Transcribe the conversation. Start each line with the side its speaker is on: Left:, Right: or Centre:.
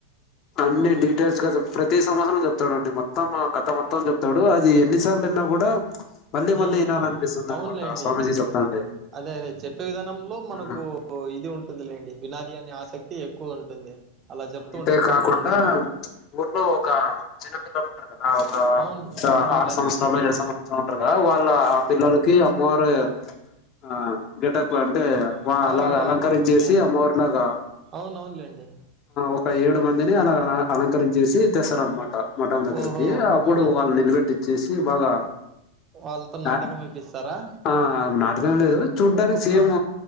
Left: అన్ని డీటెయిల్స్ కదా ప్రతి సంవత్సరం చెప్తాడండి అ మొత్తం ఆ కథ మొత్తం చెప్తాడు అది ఎన్నిసార్లువిన్నా కూడా మళ్ళీ మళ్ళీ
Right: ఊ
Left: వినాలనిపిస్తుంది
Right: ఊ అవునులేండి
Left: అనమాట స్వామీజీ చెప్తాంటే
Right: అదే అదే చెప్పే విధానంలో మనకు
Left: ఆ,
Right: ఇది ఉంటుందిలేండి వినాలీ అనే ఆసక్తి ఎక్కువ ఉంటుంది అలా చెప్తూ
Left: అంతే
Right: ఉంటారు
Left: కాకుండా
Right: కొంతమంది
Left: ఊర్లో ఒక చిన్నపిల్లలు ఉంటరు కదా ఒక
Right: అవును అవునులేండి
Left: ఆరు సంవత్సరాలు ఏడు సంవత్సరాలు ఉంటారుగా వాళ్ళ ఆ పిల్లలకి అమ్మవారు ఆ గట అంటే వా
Right: ఆ
Left: అలాగ
Right: ఓహో
Left: అలంకారం
Right: ఓకే
Left: చేసి అమ్మవారిలాగా
Right: అవునవునులేండి
Left: ఒక ఏడు మందిని అలా అలంకరించి చేసి తెస్తారు అనమాట మఠం దగ్గరకి
Right: ఓహో
Left: అప్పుడు
Right: మటన్
Left: వాళ్ళు నిలబెట్టి చేసి బాగా
Right: వాళ్ళతో నాటకం
Left: ఆ
Right: వేపిస్తారా
Left: ఆ నాటకం లేదు చూడ్డానికి సేమ్
Right: ఆ